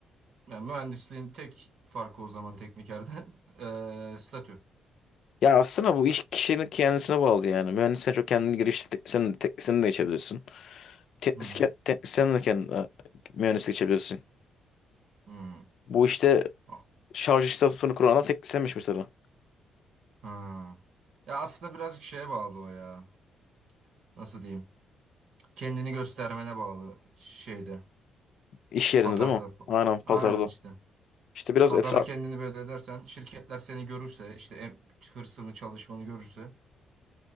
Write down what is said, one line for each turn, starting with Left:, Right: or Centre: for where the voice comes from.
Right: Yani mühendisliğin tek farkı o zaman teknikerden <laughs> e, statü.
Left: Ya aslında bu iş kişinin kendisine bağlı yani. Mühendisliğe çok kendini girişti. Sen, te, sen de geçebilirsin. Teknisyen,
Right: Hı hı.
Left: teknisyen de kendine mühendislik geçebilirsin.
Right: Hı.
Left: Bu işte
Right: A-
Left: şarj istasyonu kuran adam teknisyenmiş mesela.
Right: Ha. Ya aslında birazcık şeye bağlı o ya. Nasıl diyeyim? Kendini göstermene bağlı şeyde.
Left: İş yerinde
Right: Pazarda.
Left: değil mi? Aynen pazarda.
Right: Aynen işte.
Left: İşte biraz
Right: Pazarda
Left: etraf...
Right: kendini belli edersen şirketler seni görürse işte em- hırsını çalışmanı görürse.